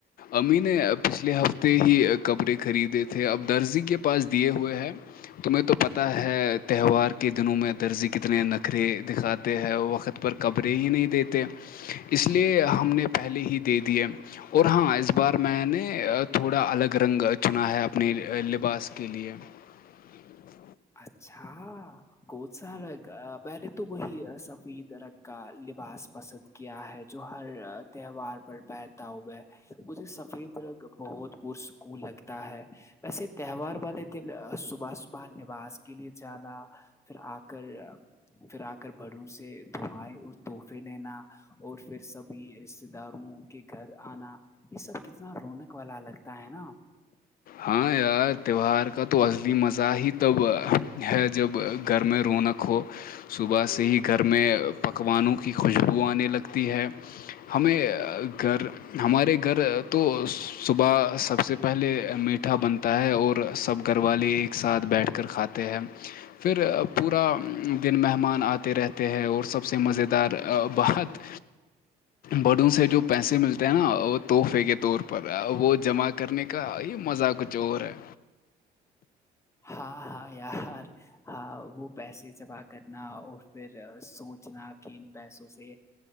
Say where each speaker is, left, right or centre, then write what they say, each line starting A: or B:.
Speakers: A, on the left (about 60°); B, on the left (about 15°).
A: امی نے پچھلے ہفتے ہی کپڑے خریدے تھے اب درزی کے پاس دیے ہوئے ہیں تمہیں تو پتہ ہے تہوار کے دنوں میں درزیح کتنے نخریے دکھاتے ہیں وقت پر
B: ہیں
A: قبریں ہی نہیں دیتے اس لیے ہم نے پہلے
B: بھی
A: ہی
B: دنیا
A: دے دیے
B: میں
A: اور ہاں اس بار میں نے
B: دے
A: تھوڑا الگ رنگ
B: دیا
A: چنا ہے اپنے لباس کے لیے <inaudible>
B: اچھا گ س میں نےے تو وہی ہے سفید ررنگ کا لباس پسند کیا ہے جو ہر تہوار پر پتا ہوئے مجھے سفید رنگ بہت پرسکون لگتا ہے ویسے تہوار والے دن صبح صبح لباس کے لیے جانا پھر آ کر پھر آ کر بڑو سے اور تحفے لینا اور پھر سبھی رشتے داروں کے گھر آنا یہ سب کتنا رونق والا لگتا ہے نا
A: ہاں یار تہوار کا تو عزلی مزہ ہی تب ہے جب گھر میں رونق رکھو صبح سے ہی گھر میں پکوانوں کی خوشبو آنے لگتی ہے ہمیں گھر ہمارے گھر تو صبح سب سے پہلے میٹھا بنتا ہے اور سب گھر والے ایک ساتھ بیٹھ کر کھاتے ہیں پھر پورا دن مہمان آتے رہتے ہیں اور سب سب سے مزیدار بات بڑوں سے جو پیسے ملتے ہیں نا وہ تحفے کے طور پر وہ جمع کرنے کا یہ مزہ کچھ
B: ج
A: اور ہے
B: ہاں ہاں یار ہاں وہ پیسے جمع کرنا اور پھر سوچ چنا کے ان پیسوں سے